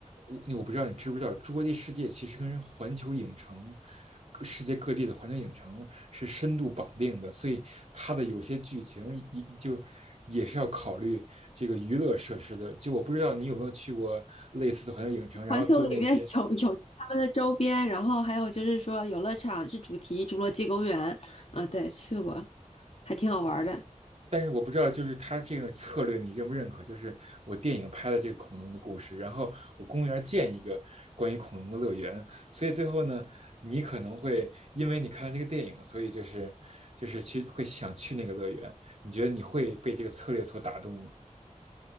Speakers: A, on the right; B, on the left.
A: 我我不知道你知不知道，侏罗纪世界其实跟环球影城。世界各地的环球影城是深度绑定的，所以它的有些剧情也就也是要考虑这个娱乐设施的。就我不知道你有没有去过类似的环球影城，然后做那些
B: 环球里面有有他们的周边，然后还有就是说游乐场是主题《侏罗纪公园》啊，对，去过，还挺好玩儿的。
A: 但是我不知道，就是他这个策略你认不认可？就是我电影拍的这个恐龙的故事，然后我公园建一个关于恐龙的乐园，所以最后呢，你可能会因为你看了这个电影，所以就是就是去会想去那个乐园。你觉得你会被这个策略所打动吗？